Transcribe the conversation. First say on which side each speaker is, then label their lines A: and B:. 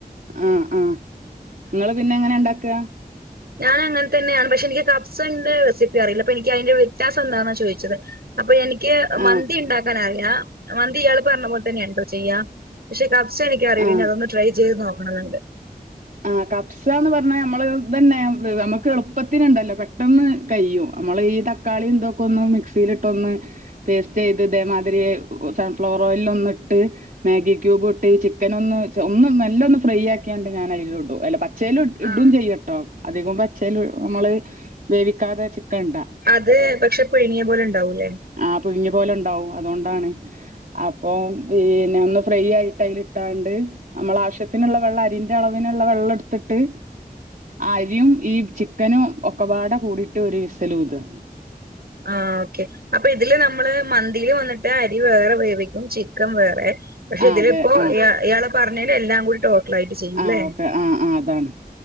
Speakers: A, on the right (about 60°); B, on the right (about 80°).
A: ആഹ് ആഹ്. ഇങ്ങള് പിന്നെങ്ങനാണ്ടാക്കാ?
B: ഞാനങ്ങൻ തെന്ന്യാണ് പക്ഷെ എനിക്ക് കബ്സന്റെ റെസിപ്പി അറീല്ല അപ്പൊ എനിക്കയിന്റെ വ്യത്യാസം എന്താന്നാ ചോയിച്ചത്. അപ്പൊ എനിക്ക് മന്തിണ്ടാക്കാനറിയാ
A: ആഹ്
B: മന്തി ഇയാള് പറഞ്ഞ പോലെ തന്നെയാട്ടോ ചെയ്യാ. പക്ഷെ കബ്സ എനിക്കറീല്ല
A: ആഹ്
B: ഇനി അതൊന്ന് ട്രെെ ചെയ്ത് നോക്കണന്ന്ണ്ട്.
A: ആഹ് കബ്സാന്ന് പറഞ്ഞാ ഞമ്മള് ഇതെന്നെ അമ്മക്ക് എളുപ്പത്തിന്ണ്ടല്ലോ പെട്ടെന്ന് കയ്യും അമ്മള് ഈ തക്കാ ക്കാളിം ഇതൊക്കൊന്ന് മിക്സീലിട്ടൊന്ന് പേസ്റ്റെയ്ത് ഇതേമാതിരി സൺഫ്ലവർ ഓയില്ലൊന്ന്ട്ട് മാഗി ക്യൂബൂട്ട് ചിക്കനൊന്ന് ഒന്ന് മെല്ലൊന്ന് ഫ്രൈ ആക്കിയാണ്ട് ഞാ അയില് ഇടും അല്ല പച്ചേല്
B: ആഹ്
A: ഇടും ചെയ്യട്ടോ. അധികം പച്ചേല് അമ്മള് വേവിക്കാതെ ചിക്കന്ടാ.
B: അത് പക്ഷെ പുഴുങ്ങ്യ പോലെണ്ടാവൂലേ?
A: ആഹ് പുഴുഞ്ഞ്യ പോലെണ്ടാവും അതോണ്ടാണ്. അപ്പൊ പിന്നെ ഒന്ന് ഫ്രൈയായിട്ട് അയില് ഇട്ടാണ്ട് അമ്മളാവശ്യത്തിന്ള്ള വെള്ളം അരി അളവിന്ള്ള വെള്ളെട്ത്തിട്ട് അര്യും ഈ ചിക്കനും ഒക്കപ്പാടെ കൂടിട്ട് ഒര് വിസിലൂതാ.
B: ആഹ് ഓക്കെ, അപ്പൊ ഇതില് നമ്മള് മന്തീല് വന്ന് അരി വേറെ വേവിക്കും ചിക്കൻ വേറെ പക്ഷെ
A: ആ
B: ഇതില്പ്പോ
A: അതെ ആ
B: ഇയാ ഇയാള് പറഞ്ഞേല് എല്ലാം കൂടി ടോട്ടലായിട്ട് ചെയ്യൂലേ,
A: ആ ഓക്കെ ആ ആ അതാണ്